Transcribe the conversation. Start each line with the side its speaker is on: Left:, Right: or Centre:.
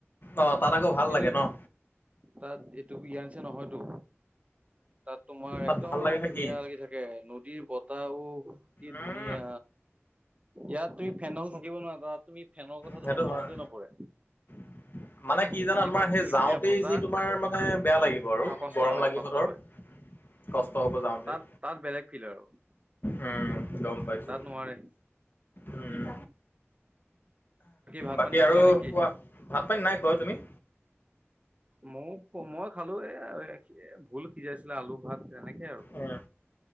Left: অ' তাত আকৌ ভাল
Right: কিন্তু
Left: লাগে ন।
Right: তাত এইটো ইয়াৰ নিচিনা নহয়তো। তাত তোমাৰ
Left: তাত
Right: একদম
Left: ভাল লাগে নে
Right: ধুনীয়া
Left: কি
Right: লাগি থাকে নদীৰ বতাহওঁ। কি
Left: উম
Right: ধুনীয়া, ইয়াত তুমি ফেনলৈও থাকিব নোৱাৰা তাত তুমি ফেনৰ কথা
Left: সেইটো
Right: তোমাৰ মনতে
Left: হয়
Right: নপৰে।
Left: <unintelligible> মানে কি জানা
Right: নদীৰ
Left: তোমাৰ
Right: পৰা
Left: সেই
Right: ফিৰফিৰিয়া
Left: যাওঁতেই
Right: বতাহ
Left: যি তোমাৰ মানে বেয়া লাগিব আৰু
Right: অ কষ্ট
Left: গৰম
Right: অ
Left: লাগিব
Right: কষ্ট
Left: ধৰ।
Right: হয়
Left: <unintelligible> হ'ব যাওঁতেই
Right: তাত তাত বেলেগ ফিল আৰু।
Left: উম, গম পাইছো
Right: তাত নোৱাৰে
Left: উম।
Right: ভাত
Left: বাকী
Right: পানী
Left: আৰু
Right: খালা নে কি
Left: কোৱা, ভাত পানী নাই খোৱা তুমি?
Right: মই মই খালো এ ভোল সিজাইছিলে আলু ভাত তেনেকে আৰু,
Left: উম,